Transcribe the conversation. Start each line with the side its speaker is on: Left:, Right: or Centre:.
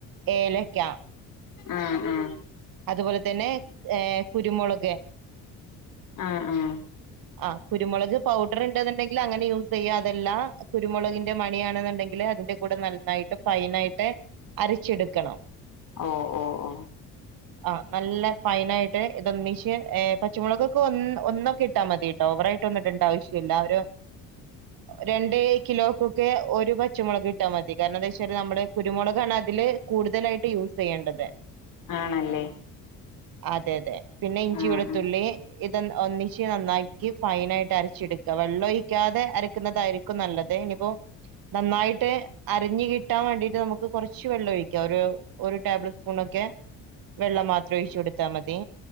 Right: ഏലക്ക
Left: ആഹ്ആഹ്
Right: അതുപോലെ തന്നെ ഏ കുരുമുളക്
Left: ആഹ് ആഹ്
Right: ആഹ് കുരുമുളക് പൗഡർ ണ്ട്ന്ന്ണ്ടെങ്കിൽ അങ്ങനെ യൂസ് യ്യാ അത ല്ല കുരുമുളകിന്റെ മണിയാണ്ന്ന്ണ്ടെങ്കിൽ അതിന്റെ കൂടെ നന്നായിട്ട് ഫൈനാ യിട്ട് അരച്ചെടുക്കണം
Left: ആഹ് അ ഓ ഓ
Right: ആഹ് നല്ല ഫൈനായിട്ട് ഇതൊന്നിച്ച് ഏ പച്ചമുളക് ഒക്കെ ഒന്ന് ഒ ട്ടാ മതിട്ടെ ഓവറായിട്ടൊന്ന് ഇടണ്ട ആവശ്യ ല്ല ഒരു രണ്ട് കിലോക്കൊക്കെ ഒരു പച്ചമുളക് ഇട്ടാ മതി കാരണം എന്താ വെച്ചാൽ നമ്മള് കുരുമുളക് ആണ് അതില് കൂടുതലായിട്ട് യൂസെയ്യേണ്ടത്
Left: ആണല്ലേ
Right: അതെ അതെ പിന്നെ ഇഞ്ചി
Left: ആഹ്
Right: വെളുത്തുള്ളി ഇത് ഒന്ന് ഒന്നി ച്ച് നന്നാക്കി ഫൈനായിട്ട് അരച്ചെടുക്ക വെള്ളം ഒഴിക്കാതെ അരക്കുന്നതായിരിക്കും നല്ലത് ഇനിപ്പോ നന്നായിട്ട് അരഞ്ഞ് കിട്ടാൻ വേണ്ടിട്ട് നമുക്ക് കുറച്ച് വെള്ളം ഒഴിക്കാം ഒരു ഒരു ടേബിൾ സ്പൂണൊക്കെ
Left: ഉ <inaudible>
Right: വെള്ളം മാത്രം ഒഴിച്ചു കൊടുത്താ മതി